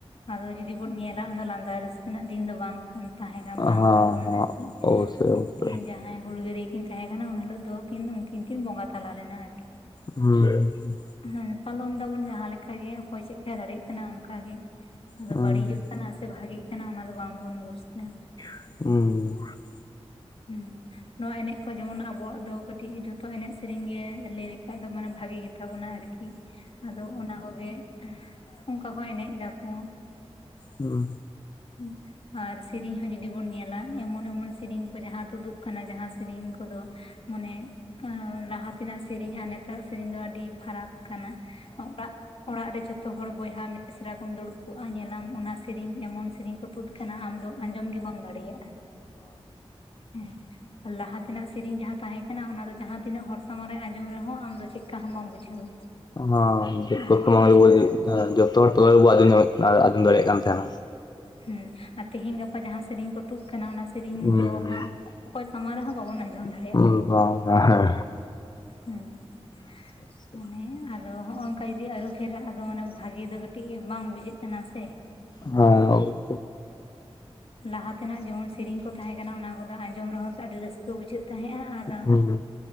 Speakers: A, on the left; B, on the left.
A: ᱟᱫᱚ ᱡᱩᱫᱤ ᱵᱚᱱ ᱧᱮᱞᱟ ᱞᱟᱸᱫᱟ ᱨᱟᱹᱥᱠᱟᱹ ᱨᱮᱱᱟᱜ ᱫᱤᱱ ᱫᱚ ᱵᱟᱝ ᱠᱟᱱ ᱛᱟᱦᱮ ᱠᱟᱱ
B: ᱦᱮᱸ
A: ᱵᱟᱝ
B: ᱦᱮᱸ
A: ᱠᱟᱱ ᱚᱱᱟ ᱛᱚ ᱟᱨᱠᱤ
B: ᱚᱵᱚᱥᱥᱳᱭ
A: ᱩᱱᱠᱤᱱ
B: ᱚᱵᱚᱥᱥᱳᱭ
A: ᱡᱟᱦᱟ ᱦᱮ ᱦᱩᱞᱜᱟᱹᱨᱤᱭᱟᱹ ᱠᱤᱱ ᱛᱟᱦᱮ ᱠᱟᱱᱟ ᱩᱱ ᱦᱤᱞᱚᱜ ᱫᱚ ᱠᱤᱱ ᱩᱱᱠᱤᱱ ᱠᱤᱱ ᱵᱚᱸᱜᱟ ᱛᱟᱞᱟ ᱞᱮᱱᱟ ᱟᱨᱠᱤ
B: ᱦᱮ
A: ᱦᱮ ᱯᱟᱞᱚᱱ ᱫᱟᱵᱚᱱ ᱡᱟᱦᱟ ᱞᱮᱠᱟᱜᱮ ᱚᱠᱚᱭ ᱪᱮᱫᱞᱮᱠᱟ ᱫᱟᱲᱮᱭᱟᱜ ᱠᱟᱱᱟ ᱚᱱᱠᱟ ᱜᱮ ᱟᱫᱚ
B: ᱦᱩᱸ
A: ᱵᱟᱹᱲᱤᱡᱚᱜ
B: ᱦᱩᱸ
A: ᱠᱟᱱᱟ ᱥᱮ ᱵᱷᱟᱜᱮᱜ ᱠᱟᱱᱟ ᱚᱱᱟ ᱫᱚ ᱵᱟᱝᱵᱚᱱ ᱵᱩᱡ ᱮᱫᱟ
B: ᱦᱚ
A: ᱦᱩ ᱱᱚᱣᱟ ᱮᱱᱮᱡ ᱠᱚ ᱡᱮᱢᱚᱱ ᱟᱵᱚᱣᱟᱜ ᱫᱚ ᱠᱟᱹᱴᱤᱡ ᱡᱷᱚᱛᱚ ᱮᱱᱮᱡ ᱥᱮᱨᱮᱧ ᱜᱮ ᱞᱟᱹᱭ ᱞᱮᱠᱷᱟᱡ ᱫᱚ ᱢᱟᱱᱮ ᱵᱷᱟᱜᱤ ᱜᱮ ᱛᱟᱵᱚᱱᱟ ᱟᱨᱠᱤ ᱟᱫᱚ ᱚᱱᱟ ᱠᱚᱜᱮ ᱚᱱᱠᱟ ᱠᱚ ᱮᱱᱮᱡ ᱫᱟᱠᱚ
B: ᱦᱩ
A: ᱦᱩ ᱟᱨ ᱥᱮᱨᱮᱧ ᱦᱚ ᱡᱩᱫᱤ ᱵᱚᱱ ᱧᱮᱞᱟ ᱮᱢᱚᱱ ᱮᱢᱚᱱ ᱥᱮᱨᱮᱧ ᱠᱚ ᱡᱟᱦᱟ ᱛᱩᱫᱩᱜ ᱠᱟᱱᱟ ᱡᱟᱦᱟ ᱥᱮᱨᱮᱧ ᱠᱚᱫᱚ ᱢᱟᱱᱮ ᱞᱟᱦᱟ ᱛᱮᱱᱟᱜ ᱥᱮᱨᱮᱤᱧ ᱱᱮᱛᱚᱜ ᱥᱮᱨᱮᱤᱧ ᱫᱚ ᱟᱹᱰᱤ ᱯᱷᱟᱨᱟᱠ ᱠᱟᱱᱟ ᱚᱠᱟ ᱚᱲᱟᱜ ᱨᱮ ᱡᱚᱛᱚ ᱡᱚᱛᱚ ᱦᱚᱲ ᱵᱚᱭᱦᱟ ᱢᱤᱥᱨᱟ ᱠᱚᱢ ᱫᱩᱲᱩᱵ ᱠᱚᱜ-ᱟ᱾ ᱧᱮᱞᱟᱢ ᱚᱱᱟ ᱥᱤᱨᱤᱧ ᱮᱢᱚᱱ ᱥᱤᱨᱤᱧ ᱠᱚ ᱛᱩᱫ ᱠᱟᱱᱟ ᱟᱢ ᱫᱚ ᱟᱸᱡᱚᱢ ᱜᱮ ᱵᱟᱢ ᱫᱟᱲᱮᱭᱟᱜ-ᱟ᱾ ᱦᱮ ᱟᱨ ᱞᱟᱦᱟ ᱛᱮᱱᱟᱜ ᱥᱮᱨᱮᱧ ᱡᱟᱦᱟ ᱛᱟᱦᱮ ᱠᱟᱱᱟ ᱚᱱᱟ ᱫᱚ ᱡᱟᱦᱟ ᱛᱤᱱᱟᱹᱜ ᱦᱚᱲ ᱥᱟᱢᱟᱝ ᱨᱮ ᱟᱸᱡᱚᱢ ᱨᱮᱦᱚ ᱟᱢ ᱫᱚ ᱪᱮᱫ ᱞᱮᱠᱟ ᱦᱚ ᱵᱟᱢ ᱵᱩᱡᱷᱟᱹᱣ-ᱟ᱾
B: ᱦᱚ ᱡᱚᱛᱚ
A: ᱵᱷᱟᱜᱮ
B: ᱥᱟᱢᱟᱝ
A: ᱵᱩᱡᱷᱟᱹᱜᱼᱟ
B: ᱨᱮᱵᱚ
A: ᱟᱨᱠᱤ
B: ᱡᱚᱛᱚ ᱦᱚᱲ ᱛᱟᱞᱟ ᱨᱮᱵᱚ ᱟᱸᱡᱚᱢ ᱟᱸᱡᱚᱢ ᱫᱟᱲᱮᱭᱟᱜ ᱠᱟᱱ ᱛᱟᱦᱮᱱᱟ
A: ᱦᱮ ᱟᱨ ᱛᱮᱦᱮᱧ ᱜᱟᱯᱟ ᱡᱟᱦᱟ ᱥᱮᱨᱮᱧ ᱠᱚ ᱛᱩᱫ ᱠᱟᱱᱟ ᱚᱱᱟ ᱥᱮᱨᱮᱤᱧ
B: ᱦᱩᱸ
A: ᱫᱚ ᱦᱟᱸᱜ ᱚᱠᱚᱭ ᱥᱟᱢᱟᱝ ᱨᱮᱦᱚ ᱵᱟᱵᱚᱱ ᱟᱸᱡᱚᱢ
B: <unintelligible>
A: ᱫᱟᱲᱮᱭᱟᱜ ᱦᱮ
B: <unintelligible>
A: ᱢᱟᱱᱮ ᱟᱫᱚ ᱦᱚᱜᱼᱚᱭ ᱱᱚᱝᱠᱟ ᱡᱩᱫᱤ ᱟᱹᱨᱩ ᱯᱷᱮᱨᱟᱜ-ᱟ᱾ ᱟᱫᱚ ᱢᱟᱱᱮ ᱵᱷᱟᱜᱮ ᱫᱚ ᱠᱟᱹᱴᱤᱡ ᱵᱟᱝ ᱵᱩᱡᱷᱟᱹᱜ ᱠᱟᱱᱟ ᱥᱮ
B: ᱦᱮ
A: ᱞᱟᱦᱟ ᱛᱮᱱᱟᱜ ᱡᱮᱢᱚᱱ ᱥᱮᱨᱮᱧ ᱠᱚ ᱛᱟᱦᱮ ᱠᱟᱱᱟ ᱚᱱᱟ ᱠᱚᱫᱚ ᱟᱸᱡᱚᱢ ᱨᱮᱦᱚ ᱟᱹᱰᱤ ᱨᱟᱹᱥᱠᱟᱹ ᱵᱩᱡᱷᱟᱹᱜ ᱛᱟᱦᱮᱜ-ᱟ ᱟᱨ
B: ᱦᱩᱸ